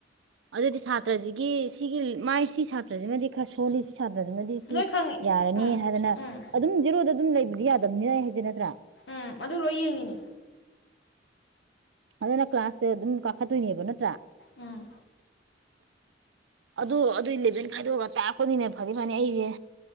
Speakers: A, on the right; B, on the left.
A: ꯑꯗꯨꯗꯤ ꯁꯥꯇ꯭ꯔꯁꯤꯒꯤ ꯁꯤꯒꯤ ꯃꯥꯏ ꯁꯤ ꯁꯥꯇ꯭ꯔꯁꯤꯃꯗꯤ ꯈꯔ ꯁꯣꯜꯂꯤ ꯁꯥꯇ꯭ꯔꯗꯨꯅꯗꯤ ꯁꯤ
B: ꯂꯣꯏ ꯈꯪꯉꯤ
A: ꯌꯥꯔꯅꯤ
B: ꯎꯝ
A: ꯍꯥꯏꯗꯅ
B: ꯎꯝ
A: ꯑꯗꯨꯝ ꯖꯤꯔꯣꯗ ꯑꯗꯨꯝ ꯂꯩꯕꯗꯤ ꯌꯥꯗꯕꯅꯤꯅ ꯑꯩ ꯍꯥꯏꯖꯅ
B: ꯎꯝ ꯑꯗꯨ ꯂꯣꯏ ꯌꯦꯡꯉꯤꯅꯦ
A: ꯑꯗꯨꯅ ꯀ꯭ꯂꯥꯁꯁꯦ ꯑꯗꯨꯝ ꯀꯥꯈꯠꯇꯣꯏꯅꯦꯕ ꯅꯠꯇ꯭ꯔꯥ
B: ꯎꯝ
A: ꯑꯗꯨ ꯑꯗꯨ ꯏꯂꯦꯚꯦꯟ ꯈꯥꯏꯗꯣꯛꯑꯒ ꯇꯥꯛꯄꯅꯤꯅꯦ ꯐꯅꯤ ꯐꯅꯤ ꯑꯩꯁꯦ